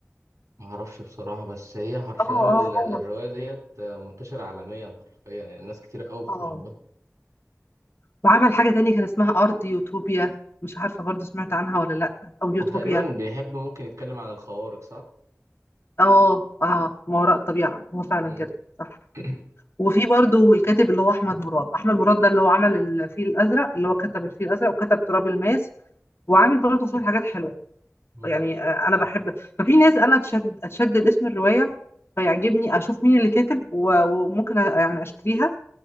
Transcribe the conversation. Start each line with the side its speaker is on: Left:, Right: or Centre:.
Right: ما اعرفش بصراحه بس هي حرفيا
Left: اه اه
Right: ال-
Left: هو
Right: الروايه ديت آه، منتشره عالميا حرفيا يعني ناس كتير قوي بتحبها
Left: اه وعمل حاجه تانية كان اسمها ارض يوتوبيا مش عارفه برضو سمعت عنها ولا لا او يوتوبيا
Right: هو تقريبا بيحب ممكن يتكلم عن الخوارق صح؟
Left: اه اه ما وراء الطبيعه هو فعلا
Right: مم.
Left: كده صح
Right: <clears throat>
Left: وفي برضو الكاتب اللي هو احمد مراد احمد مراد ده اللي هو عمل الفيل الازرق اللي هو كتب الفيل الازرق وكتب تراب الماس وعامل برضو شويه حاجات حلوه
Right: مم.
Left: يعني آه، انا بحب ففي ناس انا اتشد اتشدد اسم الروايه فيعجبني اشوف مين اللي كاتب و- وممكن أ- يعني اشتريها